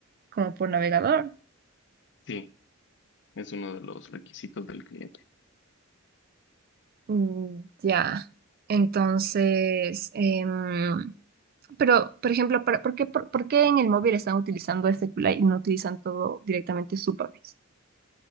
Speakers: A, on the right (about 45°); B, on the left (about 55°).
A: como por navegador.
B: Sí, es uno de los requisitos del cliente.
A: Mm, ya. Entonces, em, pero, por ejemplo, para- ¿por qué, por, por qué en el móvil están utilizando este QLite y no utilizan todo directamente su país?